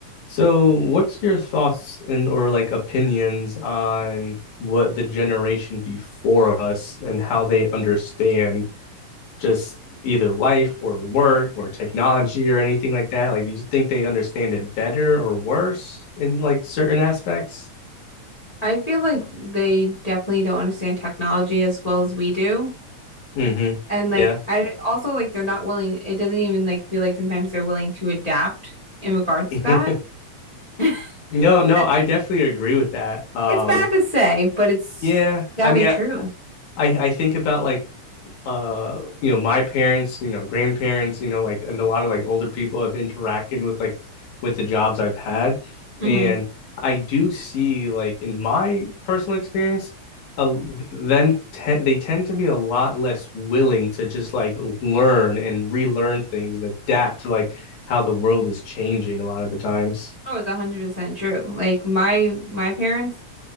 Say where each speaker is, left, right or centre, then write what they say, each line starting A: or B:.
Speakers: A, on the left (about 75°); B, on the left (about 25°).
A: So, what's your thoughts and or like opinions on what the generation before us and how they understand just either life or work or technology or anything like that? Like, do you think they understand it better or worse in like certain aspects?
B: I feel like they definitely don't understand technology as well as we do.
A: hmm
B: And like
A: Yeah.
B: I also like they're not willing, it doesn't even like feel like sometimes they're willing to adapt in regards
A: <laughs>
B: to that. <laughs>
A: No, no,
B: And
A: I definitely agree with that. Um,
B: It's bad to say, but it's
A: yeah,
B: sadly
A: I mean,
B: true.
A: I, I I think about like uh you know my parents you know grandparents you know like and a lot of like older people have interacted with like with the jobs i've had
B: hmm
A: and i do see like in my personal experience uh, them te- they tend to be a lot less willing to just like learn and relearn things and adapt to like how the world is changing a lot of the times
B: Oh, it's 100% true. Like my my parents,